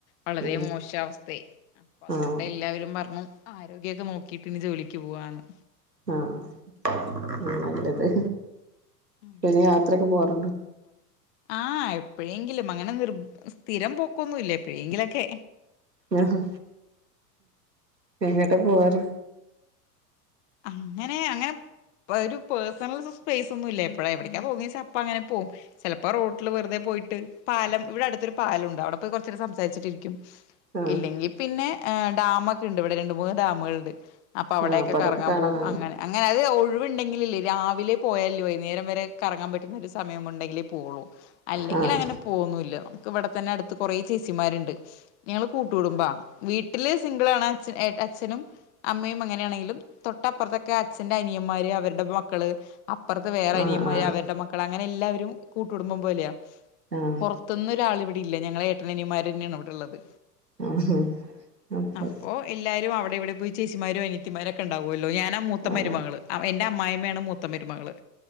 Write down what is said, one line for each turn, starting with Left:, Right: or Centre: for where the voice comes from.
Left: വളരെ
Right: ഉം
Left: മോശ അവസ്ഥയി അപ്പ അതോണ്ട്
Right: ആഹ്
Left: എല്ലാവരും പറഞ്ഞു ആരോഗ്യമൊക്കെ നോക്കിട്ട് ഇനി ജോലിക്ക് പോവാന്നു.
Right: ആഹ് അത് നല്ലത്.
Left: ഉം
Right: പിന്നെ യാത്രയൊക്കെ
Left: പിന്നെ
Right: പോവാറുണ്ടോ
Left: യാത്ര എന്നുപറഞ്ഞു, ആഹ്. എപ്പോഴെങ്കിലും അങ്ങനെ നിർ സ്ഥിരം പോക്കൊന്നുമില്ല എപ്പോഴെങ്കിലൊക്കെ.
Right: ആഹ് എങ്ങട്ടാ പോകാറ്.
Left: അങ്ങനെ അങ്ങനെ വരും. പേർസണൽസ് സ്പേസ് ഒന്നും ഇല്ല, എപ്പോൾ എവിടക്കാ തോന്നിയാൽ അപ്പ അങ്ങനെ പോകും, ചിലപ്പോ റോഡിൽ വെറുതെ പോയിട്ട്. പാലം ഇവിടെ അടുത്തൊരു പാലം ഉണ്ട്, അവിടെ പോയി കുറച്ചുനേരം സംസാരിച്ചിട്ട്. ക്കും
Right: ആഹ്
Left: ഇല്ലെങ്കിൽ പിന്നെ ഏഹ് ഡാം ഒക്കെയുണ്ട് ഇവിടെ രണ്ട് മൂന്ന് ഡാമുകളുണ്ട് അപ്പൊ അവിടെ
Right: ആഹ്
Left: ഒക്കെ. കറങ്ങാൻ
Right: അതൊക്കെ കാണാൻ
Left: പോകും അങ്ങനെ അങ്ങനെ അത് ഒഴിവുണ്ടെങ്കിൽ അല്ലെ രാവിലെ പോയാൽ അല്ലേ വൈകുന്നേരം വരെ കറങ്ങാൻ പ ഏറ്റവും നല്ല സമയം ഉണ്ടെങ്കിൽ പോകുള്ളൂ അല്ലെങ്കിൽ
Right: ആഹ്
Left: അങ്ങനെ പോകുന്നുമില്ല നമുക്ക് ഇവിടെ തന്നെ അടു കൊറേ ചേച്ചിമാരുണ്ട് ഞങ്ങള്ൾ കൂട്ടൂടുമ്പാ വീട്ടില് സിംഗിള ആണ് അച്ഛ അച്ഛനും അമ്മയും അങ്ങനെയാണെങ്കിലും തൊട്ടപ്പുറത്തൊക്കെ അച്ഛന്റെ അനിയന്മാര് അവരുടെ മക്കള് അപ്പുറത്ത് വേറെ
Right: ആഹ്
Left: അനിയന്മാര്
Right: ആഹ്
Left: അവരുടെ മക്കൾ അങ്ങനെ എല്ലാവരും കൂട്ടുകുടുമ്പം പോലെയാ
Right: ആഹ്
Left: പുറത്തൊന്നു ഒരാൾ ഇവിടെ ഇല്ലേ ഞങ്ങളെ ഏട്ടനനിമാര് തന്നെയാണ് ഇവിടെള്ളത്
Right: ആഹ് അപ്പൊ
Left: അപ്പോ എല്ലാരും അവിടെ ഇവിടെ പോയി ചേച്ചിമാരും അനത്തിമാരൊക്കെ ഉണ്ടാവുമല്ലോ ല്ലോ ഞാനാ മൂത്ത
Right: ആഹ്
Left: മരുമകൾ എന്റെ അ്മായിയമ്മയാണ് മൂത്ത മരുമകള്